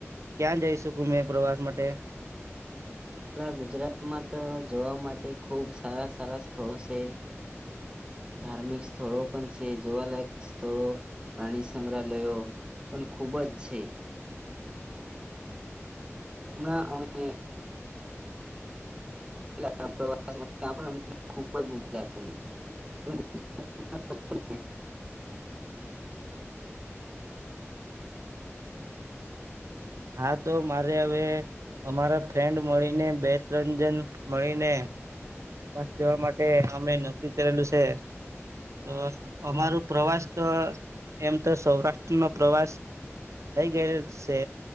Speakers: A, on the right (about 75°); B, on the right (about 20°).
A: ક્યાં જઈશું મેં પ્રવાસ માટે
B: આપણા ગુજરાતમાં તો જોવા માટે ખૂબ સારા સારા સ્થળો છે ધાર્મિક સ્થળો પણ છે જોવાલાયક સ્થળો પ્રાણી સંગ્રહાલયો પણ ખૂબ જ છે <unintelligible> <unintelligible>
A: હા તો મારે હવે અમારા ફ્રેન્ડ મળીને બે તરંજન મળીનેપ જવા માટે અમે નક્કી કરેલું છે તો અમાર પ્રવાસ તો એમ તો સૌરાષ્ટ્ર ન પ્રવાસ થઈ ગયે છે